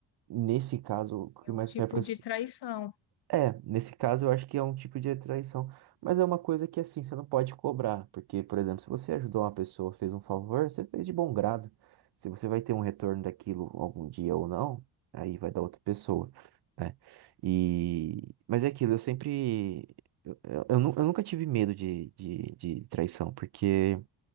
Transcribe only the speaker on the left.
É
um
tipo
de traição.